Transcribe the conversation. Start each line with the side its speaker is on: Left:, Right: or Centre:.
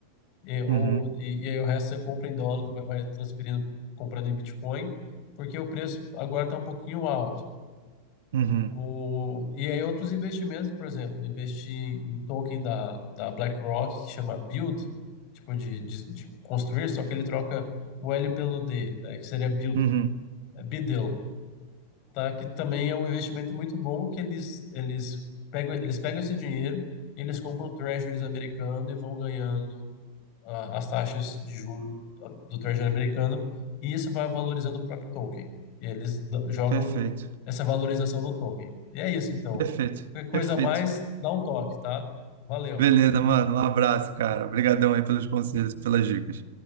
Left: E, ou,
Right: Uhum,
Left: e, e aí o resto você compra em dólar, depois vai transferindo, comprando em Bitcoin, porque o preço agora está um pouquinho alto.
Right: uhum,
Left: O, e aí outros investimentos, por exemplo, investir em token da, da BlackRock, que chama Build, tipo de, de, de construir, só que ele troca o L pelo D, eh, que seria Build,
Right: uhum.
Left: é Biddle, tá? Que também é um investimento muito bom, que eles, eles pegam, eles pegam esse dinheiro, eles compram treasuries americano e vão ganhando a- as taxas de juro do Treasury americano e isso vai valorizando o próprio token. E eles do- jogam
Right: Perfeito.
Left: essa valorização no token. E é isso, então.
Right: Perfeito,
Left: Qualquer coisa
Right: perfeito.
Left: a mais, dá um toque, tá? Valeu.
Right: Beleza, mano. Um abraço, cara. Obrigadão aí pelos conselhos, pelas dicas.